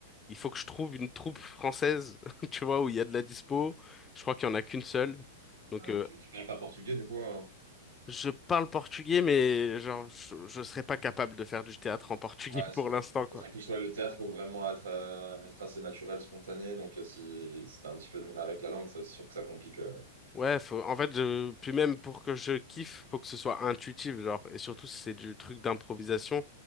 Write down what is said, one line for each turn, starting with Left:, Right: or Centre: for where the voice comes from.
Left: il faut que je trouve une troupe française, <laughs> tu vois, où il y a de la dispo. Je crois qu'il y en a qu'une seule. Donc,
Right: Ah ouais,
Left: euh,
Right: tu, tu parles pas portugais, du coup. euh.
Left: je parle portugais, mais genre, je, je serais pas capable de faire du théâtre en portugais
Right: Ouais,
Left: <laughs>
Right: ça-
Left: pour l'instant, quoi.
Right: parce qu'en plus, ouais, le théâtre peut vraiment être, euh, être assez naturel, spontané. Donc, euh, si, si t'as un petit peu de mal avec la langue, c'est sûr que ça complique. euh.
Left: Ouais, faut, en fait, je, puis même pour que je kiffe, faut que ce soit intuitif, genre, et surtout si c'est du truc d'improvisation,